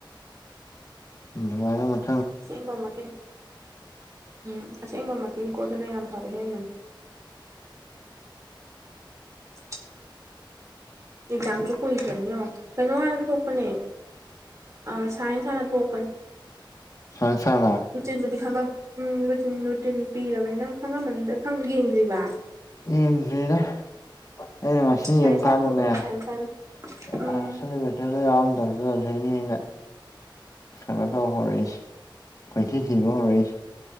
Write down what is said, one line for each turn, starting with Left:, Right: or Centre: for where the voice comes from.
Left: ꯎꯝ ꯃꯥ
Right: ꯑꯁꯦꯡꯕ ꯃꯇꯤꯟ ꯎꯝ ꯑꯁꯦꯡꯕ ꯃꯇꯤꯟꯀꯣ ꯑꯗꯨꯅ ꯌꯥꯝ ꯐꯕꯦ ꯍꯦꯟꯅꯅꯤ ꯇꯗꯔ꯭ꯦ <inaudible> ꯑꯦꯛꯖꯥꯝꯁꯨ ꯀꯨꯏꯗ꯭ꯔꯅꯤꯅꯣ ꯀꯩꯅꯣ ꯍꯥꯟ ꯊꯣꯛꯄꯅꯦ ꯑꯥ ꯁꯥꯏꯟ ꯍꯥꯟꯅ ꯊꯣꯛꯄꯅꯤ
Left: ꯁꯥꯏꯟꯁ ꯍꯥꯟꯅ
Right: ꯔꯨꯇꯤꯟꯕꯨꯗꯤ ꯈꯪꯉꯝ ꯔꯨꯇꯤꯟ ꯔꯨꯇꯤꯟ ꯄꯤꯔꯕꯅꯤ ꯅꯪ ꯈꯪꯉꯝꯃꯅꯤꯗ ꯈꯪ ꯌꯦꯡꯗ꯭ꯔꯤꯕ
Left: ꯌꯦꯡꯗꯦꯗ ꯑꯩꯅ ꯉꯁꯤ
Right: ꯏꯁꯥ
Left: ꯌꯦꯡ
Right: ꯏꯁꯥꯅ
Left: <unintelligible>
Right: ꯊꯣꯛꯄꯅꯦ ꯏꯁꯥ ꯏꯁꯥꯅ ꯎꯝ
Left: ꯈꯅꯥꯊ ꯍꯧꯔꯛꯏꯁ ꯀꯣꯏꯊꯤꯊꯤꯕ ꯍꯧꯔꯛꯏꯁ